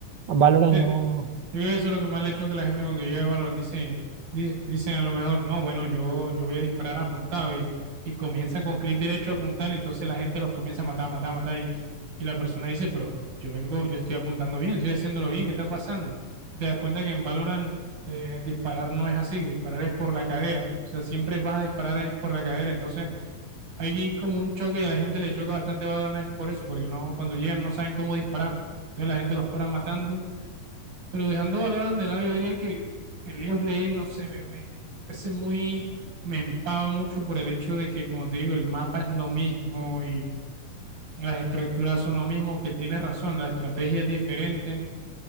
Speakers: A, on the right; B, on the right.
A: a Valorant
B: sí,
A: no,
B: Yo creo que eso es lo que más le choca a la gente cuando llega a Valorant. Dice, di- dicen a lo mejor, no, bueno, yo, yo voy a disparar apuntado y, y comienzan con clic derecho a apuntar, entonces la gente los comienza a matar, matar, matar y, y la persona dice, pero yo vengo, yo estoy apuntando bien, estoy haciéndolo bien, ¿qué está pasando? Te das cuenta que en Valorant eh, disparar no es así, disparar es por la cadera, o sea, siempre vas a disparar es por la cadera, entonces hay como un choque y a la gente le choca bastante Valorant es por eso, porque no, cuando llegan no saben cómo disparar, entonces la gente los para matando pero dejando Valorant de lado, yo diría que el League of Legends, no sé, me, me parece muy, me empava mucho por el hecho de que, como te digo, el mapa es lo mismo y las estructuras son lo mismo, que tienes razón, la estrategia es diferente,